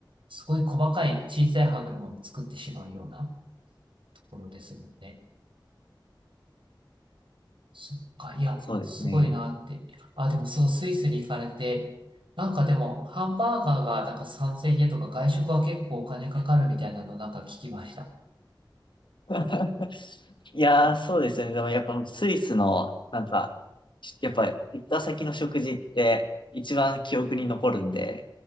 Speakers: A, on the right; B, on the left.
A: すごい細かい小さい歯車も作ってしまうようなところですもんね。そっか、いや、
B: そうですね。
A: すごいなって。あ、でもそのスイスに行かれて、なんかでも、ハンバーガーがなんか3000円とか外食は結構お金かかるみたいなのなんか聞きました。
B: <laughs> いやー、そうですよね。でもやっぱスイスの、なんか、やっぱ行った先の食事って一番記憶に残るんで、